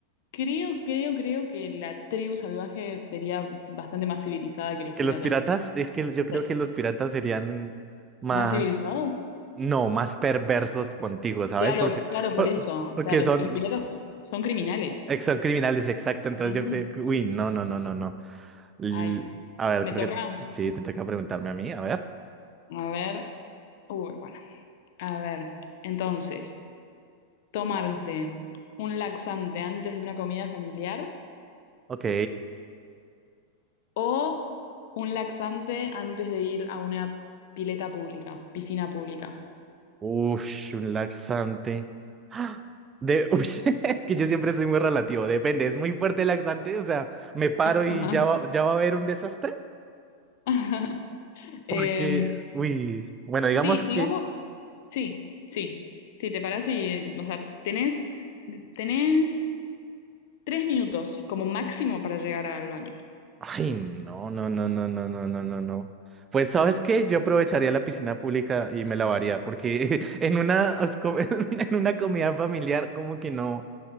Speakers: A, on the left; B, on the right.
A: Creo, creo, creo que la tribu salvaje sería bastante más civilizada que los
B: Que
A: piratas.
B: los piratas, es que yo creo
A: Eh,
B: que los piratas serían más.
A: ¿Más civilizados?
B: No, más perversos contigo, ¿sabes?
A: Claro,
B: Porque,
A: claro, por
B: por-
A: eso. O
B: porque
A: sea, los,
B: son,
A: los piratas so- son, criminales.
B: ex- son criminales, exacto. Entonces
A: Ujú.
B: yo creo que, uy, no, no, no, no, no. L-
A: Ay,
B: a ver,
A: me
B: creo
A: toca.
B: que sí, te toca preguntarme a mí, a ver.
A: A ver. Uy, bueno. A ver. Entonces, tomarte un laxante antes de una comida familiar
B: Ok.
A: o un laxante antes de ir a una pileta pública, piscina pública.
B: Ush, un laxante. ¡Ah! De, uy, <laughs> es que yo siempre soy muy relativo, depende, es muy fuerte el laxante, o sea, me paro y
A: Ajá.
B: ya va, ya va a haber un desastre.
A: <laughs>
B: Porque,
A: Em,
B: uy, bueno, digamos
A: sí,
B: que...
A: digamos. Sí, sí, sí, te parás y, o sea, tenés, tenés tres minutos como máximo para llegar al baño.
B: Ay, no, no, no, no, no, no, no, no, no. Pues, ¿sabes qué? Yo aprovecharía la piscina pública y me lavaría, porque <laughs> en una, as- co- <laughs> en una comida familiar como que no,